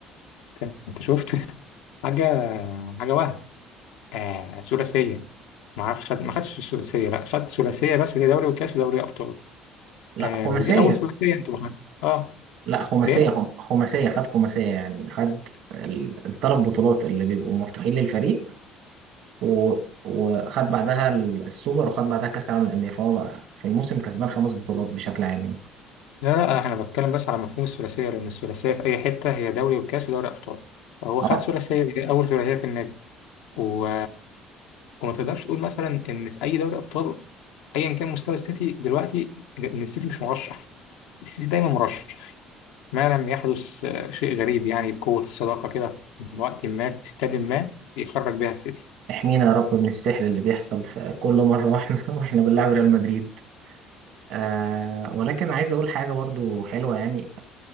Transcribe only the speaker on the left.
انت أنت شفت <laughs> حاجة حاجة وهم آه ثلاثية ما اعرفش خد ما خدش الثلاثيه لا خد ثلاثيه بس اللي هي دوري وكاس ودوري ابطال
آه
ودي اول ثلاثيه انتوا معانا اه
ايه
لا لا انا بتكلم بس على مفهوم الثلاثيه لان الثلاثيه في اي حته هي دوري وكاس ودوري ابطال فهو
خد ثلاثيه دي اول ثلاثيه في النادي و... وما تقدرش تقول مثلا ان في اي دوري ابطال ايا كان مستوى السيتي دلوقتي ان السيتي مش مرشح السيتي دايما مرشح ما لم يحدث آه، شيء غريب يعني بقوه الصداقه كده في وقت ما في استاد ما يخرج بيها السيتي